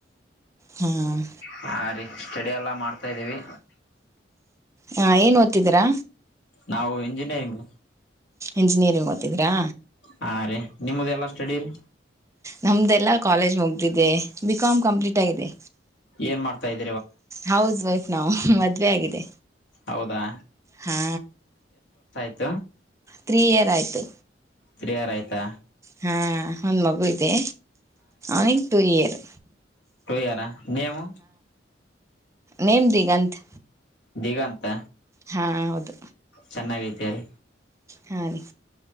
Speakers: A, on the right (about 15°); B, on the left (about 85°).
A: ಹ್ಮ್
B: ಹಾ ರೀ ಸ್ಟಡಿ ಎಲ್ಲಾ ಮಾಡ್ತಾ ಇದ್ದೀವಿ
A: ಹಾ ಏನ್ ಓದ್ತಿದೀರಾ
B: ನಾವು ಇಂಜಿನಿಯರಿಂಗ್
A: ಇಂಜಿನಿಯರಿ ಓತಿದಿರಾ
B: ಹಾ ರೀ ನಿಮ್ದ್ ಎಲ್ಲ ಸ್ಟಡಿ ರೀ
A: ನಮ್ದೇಲ್ಲಾ ಕಾಲೇಜ್ ಮುಗ್ದಿದೆ ಬಿಕಾಮ್ ಕಂಪ್ಲೀಟ್ ಆಗಿದೆ
B: ಏನ್ ಮಾಡ್ತಾ ಇದ್
A: ಹೌಸ್ ವೈಫ್ ನಾವು ಮದುವೆ ಆಗಿದೆ
B: ಹೌದಾ
A: ಹಾ
B: ತ್ತ
A: ತ್ರೀ ಇಯರ್ ಆಯ್ತು
B: ತ್ರಿಯರ್ ಆಯ್ತಾ
A: ಹಾ ಒಂದ್ ಮಗು ಇದೆ ಐನ್ ತುರಿರ್
B: ಯಾರ ನೇಮು
A: ನೇಮ್ ದಿಗಂತ್
B: ದಿಗಂತ
A: ಹಾ ಹೌದು
B: ಚೆನ್ನಾಗೈತೆ ರೀ
A: ಹಾ ರಿ